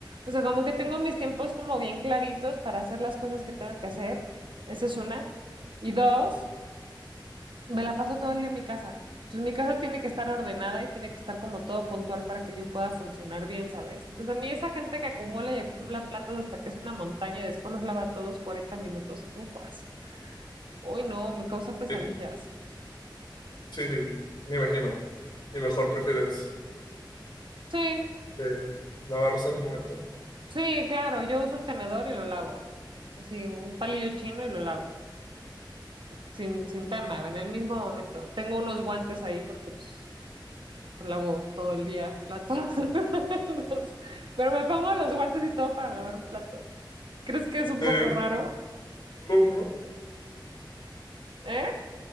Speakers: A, on the right (about 75°); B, on the left (about 65°).
A: O sea, como que tengo mis tiempos como bien claritos para hacer las cosas que tengo que hacer. Esa es una. Y dos. Me la paso todo el día en mi casa. Entonces mi casa tiene que estar ordenada y tiene que estar como todo puntual para que yo pueda funcionar bien, ¿sabes? Entonces a mí esa gente que acumula y acumula platos hasta que es una montaña y después los lava todos 40 minutos, ufas. Uy, no, me causa pesadillas.
B: Sí, sí, sí, me imagino. Y mejor prefieres
A: Sí,
B: eh, lavarlos en el momento.
A: sí, claro, yo uso un tenedor y lo lavo. Sí, un palillo chino y lo lavo. Sin, sin tema, en el mismo momento. Tengo unos guantes ahí porque pues, lavo todo el día platos. <laughs> Entonces, pero me pongo los guantes y todo para lavar un plato. ¿Crees que es un
B: ¿En serio?
A: poco raro?
B: ¿Solo uno?
A: ¿Eh?